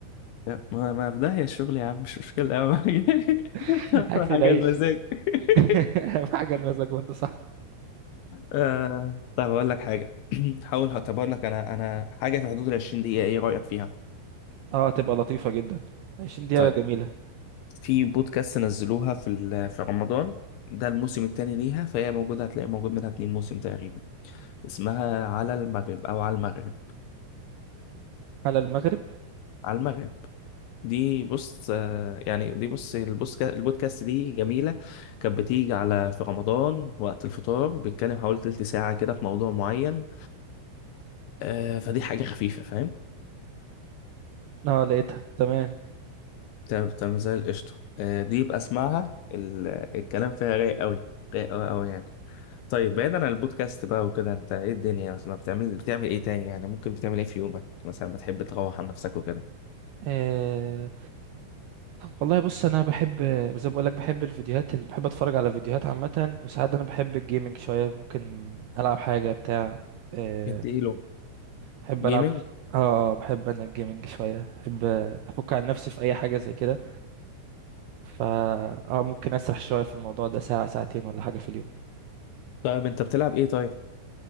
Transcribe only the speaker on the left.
لا، ما ما في داهيه الشغل يا عم مش مشكله اهم حاجه <laughs>
أهم
حاجه
المزاج <laughs>
آه، طيب اقول لك حاجه <clears throat> حاول هعتبر لك انا انا حاجه في حدود ال 20 دقيقه ايه رايك فيها
طيب
في بودكاست نزلوها في ال- في رمضان ده الموسم الثاني ليها فهي موجوده هتلاقي موجود منها اتنين موسم تقريبا اسمها على المغرب او على المغرب
على المغرب دي بص آه، يعني دي بص البوسكا- البودكاست دي جميلة كانت بتيجي على في رمضان وقت الفطار بيتكلم حوالي تلت ساعة كده في موضوع معين آه، فدي حاجة خفيفة فاهم
تمام تمام زي القشطة آه، دي يبقى اسمعها ال- الكلام فيها رايق قوي رايق قوي قوي يعني طيب بعيدا عن البودكاست بقى وكده انت ايه الدنيا مثلا بتعمل بتعمل ايه تاني يعني ممكن بتعمل ايه في يومك مثلا بتحب تروح عن نفسك وكده
اديله
جيمنج
طيب انت بتلعب ايه طيب